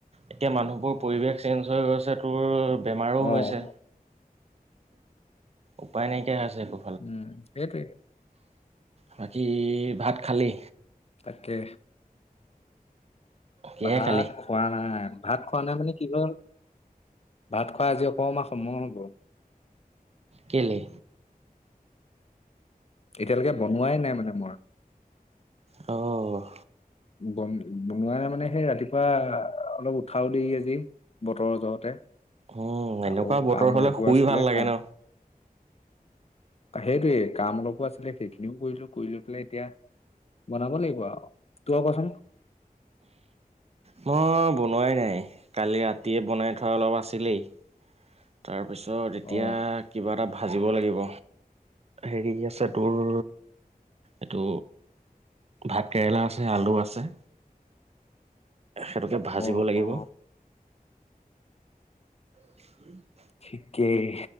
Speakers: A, on the right (about 45°); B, on the left (about 40°).
A: এতিয়া মানুহবোৰ পৰিৱেশ চেঞ্জ হৈ গৈছে। তোৰ বেমাৰো
B: অ
A: হৈছে। উপায় নাইকিয়া হৈছে একো।
B: উম সেইটোৱেই।
A: বাকী ভাত খালি?
B: তাকে।
A: কিহে
B: ভাত
A: খালি?
B: খোৱা নাই ভাত খোৱা নাই মানে কি হল? ভাত খোৱা আজি অকণমান সময় হ'ব।
A: কেলে?
B: এতিয়ালৈকে বনোৱাই নাই মানে মই।
A: অঁ।
B: বন বনোৱা মানে সেই ৰাতিপুৱা অলপ উঠাও দেৰি আজি। বতৰৰ জহতে
A: উম, এনেকুৱা
B: আকৌ
A: বতৰ
B: কাম
A: হ'লে
B: অলপো
A: শুই
B: আছিলে
A: ভাল লাগে
B: কাম।
A: ন।
B: সেইটোৱে কাম অলপো আছিলে। সেইখিনিও কৰিলো কৰি লৈ পেলাই এতিয়া বনাব লাগিব আৰু তোমাৰ কোৱাচোন
A: মই বনোৱাই নাই। কালি ৰাতিয়ে বনাই থোৱা অলপ আছিলেই। তাৰপিছত এতিয়া
B: অ
A: কিবা এটা ভাজিব লাগিব। হেৰি আছে তোৰ এইটো ভাত কেৰেলা আছে আলু আছে। সেইটোকে ভাজিব
B: অ
A: লাগিব।
B: অ
A: <inaudible>
B: ঠিকেই